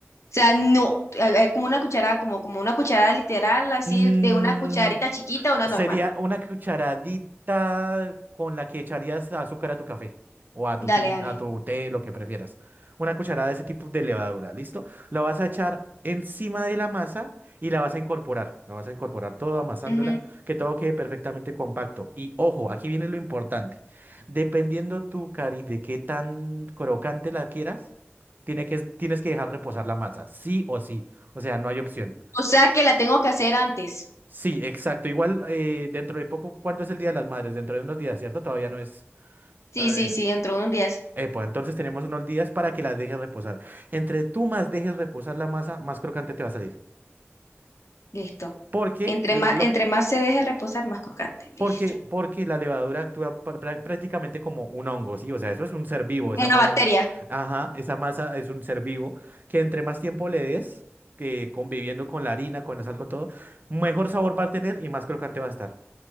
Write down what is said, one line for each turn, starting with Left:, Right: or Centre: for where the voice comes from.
Left: O sea, no, es como una cucharada, como, como una cucharada literal, así
Right: Mm,
Left: de una cucharita chiquita a una
Right: Sería
Left: normal.
Right: una cucharadita con la que echarías azúcar a tu café o a
Left: Dale,
Right: tu, tin-
Left: dale.
Right: a tu té, lo que prefieras. Una cucharada de ese tipo de levadura, ¿listo? La vas a echar encima de la masa y la vas a incorporar. La vas a incorporar todo amasándola,
Left: Ujú.
Right: que todo quede perfectamente compacto. Y ojo, aquí viene lo importante. Dependiendo tu cari de qué tan crocante la quieras, tiene que, tienes que dejar reposar la masa, sí o sí. O sea, no hay opción.
Left: O sea que la tengo que hacer antes.
Right: Sí, exacto. Igual eh, dentro de poco, ¿cuánto es el Día de las Madres? Dentro de unos días, ¿cierto? Todavía no es...
Left: Sí,
Right: eh,
Left: sí, sí, dentro de unos días.
Right: eh, pues entonces tenemos unos días para que las dejes reposar. Entre tú más dejes reposar la masa, más crocante te va a salir.
Left: Listo.
Right: Porque,
Left: Entre
Right: el-
Left: más,
Right: lo,
Left: entre más se deje reposar, más crocante. Listo.
Right: porque, porque la levadura actúa pr- prá- prácticamente como un hongo, ¿sí? O sea, eso es un ser vivo, esa
Left: Una
Right: masa.
Left: bacteria.
Right: Ajá, esa masa es un ser vivo que entre más tiempo le des, que conviviendo con la harina, con la sal, con todo, mejor sabor va a tener y más crocante va a estar.